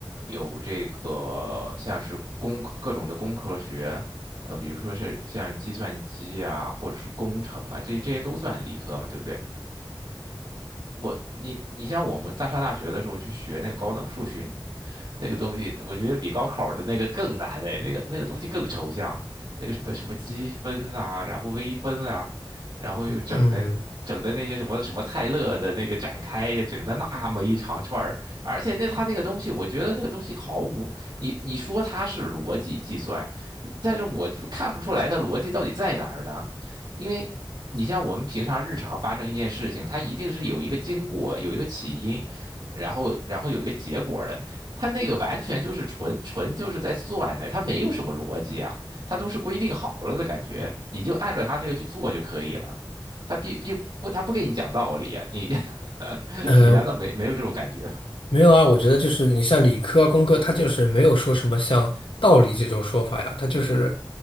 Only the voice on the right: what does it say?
有这个像是工科各种的工科学，呃，比如说是像计算机啊，或者是工程啊，这这些都算理科嘛，对不对？我你你像我们在上大学的时候去学那个高等数学，那个东西，我觉得比高考的那个更难哎，那个那个东西更抽象，那个什么什么积分啊，然后微分啊，然后又整的整的那些什么什么泰勒的那个展开，
整的那么一长串儿，而且那他那个东西，我觉得那个东西毫无你你说它是逻辑计算，但是我就看不出来它逻辑到底在哪儿呢，因为。你像我们平常日常发生一件事情，它一定是有一个经过，有一个起因，然后然后有一个结果的。他那个完全就是纯纯就是在算的，他没有什么逻辑啊，他都是规定好了的感觉，你就按照他那个去做就可以了。他并并不，他不给你讲道理啊，你 <laughs>
你难道没没有这种感觉吗？